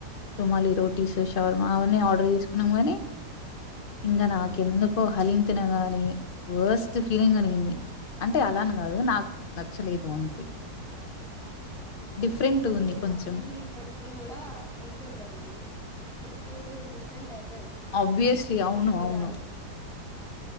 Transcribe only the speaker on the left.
రుమాలి రోటీస్
షవర్మా అవన్నీ ఆర్డర్ చేసుకున్నాం గానీ ఇంగ నాకెందుకో హలీం తిన గాని వోస్ త్ ఫీలింగ్ అనిగింది అంటే అలా అని కాదు నాకు నచ్చలేదు అంతే డిఫరెంట్
ఉంది
కొంచెం
ఆబ్వియస్లీ
అవును
అవును